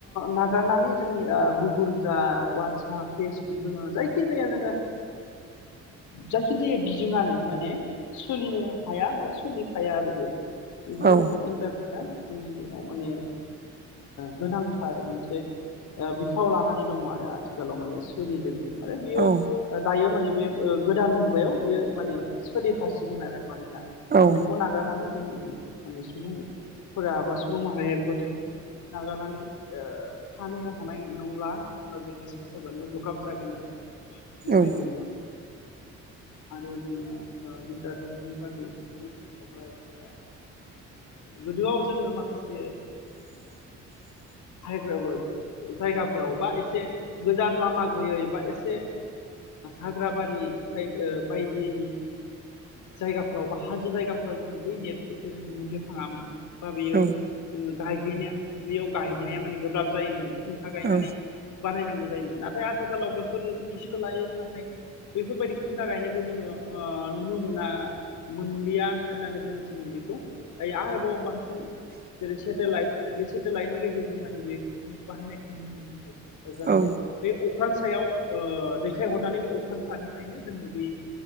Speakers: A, on the left; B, on the right.
A: नागारनानै जोंनि गुगोल जा वाट्सप फेसबुक जोङो जायखि जाया जोङो जायखिजाया बिजोङानो माने सोलिनो हाया बा सोलिखाया आरो बे बेनिखायनो
B: औ
A: जोङो इन्टारनेटआ जोंनि दिनाव माने गोनांथार मोनसे बिफाव लानानै दङ आरो आथिखालाव माने सोलिदों। आरो बियो
B: औ
A: दायो माने बे गोदान मुगायाव बियो माने सोलिफासिगोन आरो। मानोनाा
B: औ
A: बेखौ नागारनानै जों माने सुबुंफोरा बा सुबुं माहारिया बेखौ नागारनानै थानो हानाय नंला बा जोंहा संसार जानायाव गोब्राब जागोन आरो। बेबायदिनो
B: औ
A: आरो जोङो इन्टारनेटनि बुंनो थाङोब्ला जोङो गोदोआव जोङो माखासे
B: <unintelligible> <unintelligible>
A: हायग्रा जायगाफोराव बा एसे गोजान लामा गैयै बा एसे हाग्राबारिफ्राय बायदिनि जायगाफोराव बा हाजो जायगाफोराव जोङो बै नेटफोरखौ जोङो मोननो थाङामोन बा बेयो
B: औ
A: जोङो गायहैनो बेयाव गायहैनाया माने गोब्राब जायोमोन खुन्था गायनानै
B: औ
A: बानायनांगौ जायोमोन नाथाय आथिखालाव बेफोरनि सोलायै नाथाय बेफोरबायदि खुन्था गायनायखौ जोङो नुनो मोना। मोनलिया होननानै बुंनांसिगोन बेखौ आरोबाव जेरै सेटेलाइट बे सेटेलाइटनि गेजेरजों माने बेखौ जोङो बाहायनायखौ नुनो मोनदोंसै जानसे
B: औ
A: बे अख्रां सायाव दैथायहरनानै बे अख्रां सानिफ्रायनो जोंनो बे